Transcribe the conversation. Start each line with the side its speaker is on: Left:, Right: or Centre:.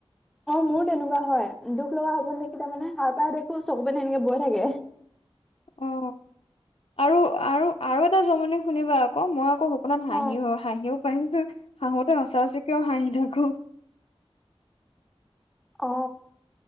Centre: অ মোৰো তেনেকুৱা হয় দুখ লগা সপোন দেখিলে মানে সাৰ পাই দেখো চকু পানী এনেকে বৈ থাকে
Left: অ আৰু আৰু আৰু এটা জমনি শুনিবা আকৌ মই কৌ সপোনাত হাঁহি
Centre: অ
Left: হাঁহিও পাইছো হাঁহোতে সঁচা সচিকেও হাঁহি থাকো খো
Centre: অ